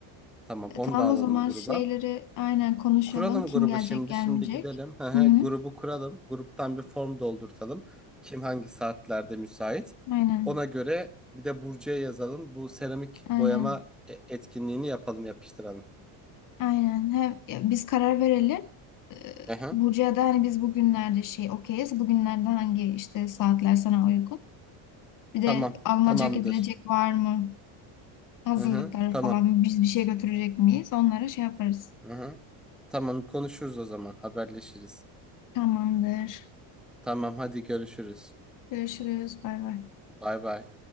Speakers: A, in the centre; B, on the left (about 50°).
A: Tamam,
B: E,
A: onu
B: tamam
A: da alalım
B: o zaman
A: gruba.
B: şeyleri aynen konuşalım.
A: Kuralım
B: Kim
A: grubu
B: gelecek
A: şimdi.
B: gelmeyecek.
A: Şimdi gidelim. Hı hı,
B: Hı hı.
A: Grubu kuralım. Gruptan bir form doldurtalım. Kim hangi saatlerde müsait.
B: Aynen.
A: Ona göre bir de Burcu'ya yazalım. Bu seramik
B: Aynen.
A: boyama e- etkinliğini yapalım, yapıştıralım.
B: Aynen. Hem ya biz karar verelim. Ee,
A: Hı hı.
B: Burcu'ya da hani biz bugünlerde şey okeyiz. Bugünlerde hangi işte saatler sana uygun? Bir de
A: Tamam.
B: alınacak
A: Tamamdır.
B: edilecek var mı? Hazırlıkları
A: Hı hı. Tamam.
B: falan biz bir şey götürecek miyiz? Onlara şey yaparız.
A: Hı hı. Tamam konuşuruz o zaman. Haberleşiriz.
B: Tamamdır.
A: Tamam hadi görüşürüz.
B: Görüşürüz. Bay bay.
A: Bay bay.